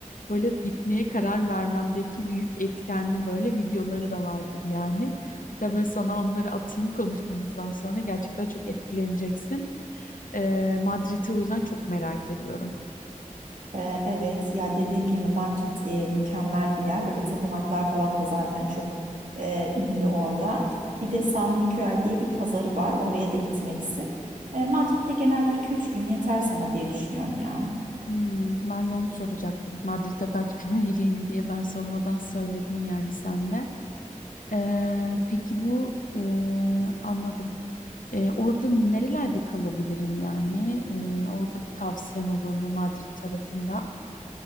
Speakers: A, on the left; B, on the right.
A: böyle gitmeye karar vermemdeki büyük etkenli böyle videoları da vardır yani. Hatta böyle sana onları atayım konuşmamızdan sonra gerçekten çok etkileneceksin. Ee, Madrid'i o yüzden çok merak ediyorum.
B: Ee, Evet ya dediğim gibi Madrid e, mükemmel bir yer. Böyle tapınaklar falan da zaten çok e, ünlü orada. Bir de San Miguel diye bir pazarı var. Oraya da gitmelisin. E, Madrid'de genelde iki üç gün yeter sana diye düşünüyorum ya.
A: Hmm, ben de onu soracaktım. Madrid'e kaç gün <laughs> ayırayım diye ben sormadan söyledin yani sen de. Ee, peki bu e, anladım. Ee, orada nerelerde kalabilirim yani? Ee, orada bir tavsiyen olur mu Madrid tarafında?